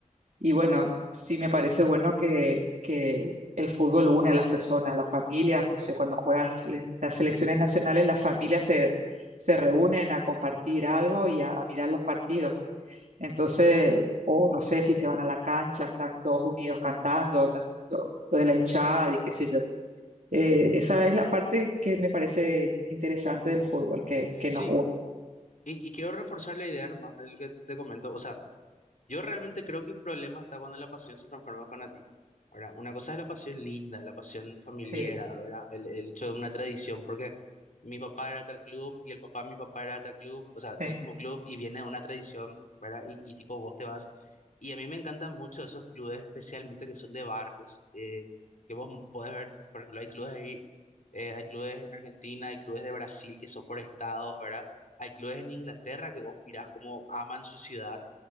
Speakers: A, on the right (about 65°); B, on the left (about 70°).
A: y bueno, sí me parece bueno que, que el fútbol une a las personas, las familias, no sé, cuando juegan las, sele- las selecciones nacionales, las familias se, se reúnen a compartir algo y a, a mirar los partidos. Entonces, o no sé si se van a la cancha, están todos unidos cantando, la- lo, lo de la hinchada y qué sé yo. Eh, esa es la parte que me parece interesante del fútbol, que,
B: Sí,
A: que nos une.
B: y, y quiero reforzar la idea más del que te comento. O sea, yo realmente creo que el problema está cuando la pasión se transforma en fanatismo. Ahora, una cosa es la pasión linda, la pasión familiar,
A: Sí,
B: ¿verdad? El, el hecho de una tradición, porque mi papá era tal club y el papá de mi papá era tal club, o sea, del
A: sí,
B: mismo club y viene de una tradición, ¿verdad? Y, y tipo vos te vas. Y a mí me encantan mucho esos clubes, especialmente que son de barrios, eh, que vos podés ver, por ejemplo, hay clubes ahí, eh, hay clubes en Argentina, hay clubes de Brasil que son por estados, ¿verdad? Hay clubes en Inglaterra que vos mirás cómo aman su ciudad